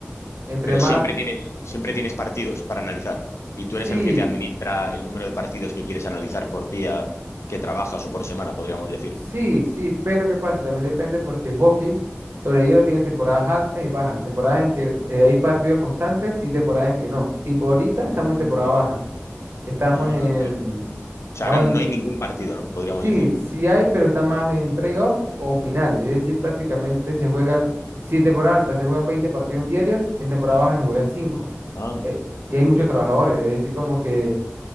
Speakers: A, on the right; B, on the left.
A: Entre
B: Pero
A: más,
B: siempre tienes, siempre tienes partidos para analizar. Y tú
A: sí,
B: eres el que te administra el número de partidos que quieres analizar por día que trabajas o por semana, podríamos decir.
A: Sí, sí, pero ¿qué pasa? También depende porque hockey sobre hielo tiene temporadas altas y bajas, temporadas en que eh, hay partidos constantes y temporadas en que no. Tipo, ahorita estamos
B: Anda.
A: en temporada baja, estamos
B: Ah,
A: en...
B: claro. O sea,
A: Vamos
B: ahora no
A: en-
B: hay ningún partido, ¿no? Podríamos
A: sí,
B: decir.
A: sí hay, pero está más en playoff o finales, es decir, prácticamente se juegan, si en temporada alta se juegan 20 partidos diarios, en temporada baja se juegan 5,
B: Anda,
A: eh, y hay muchos trabajadores, es decir, como que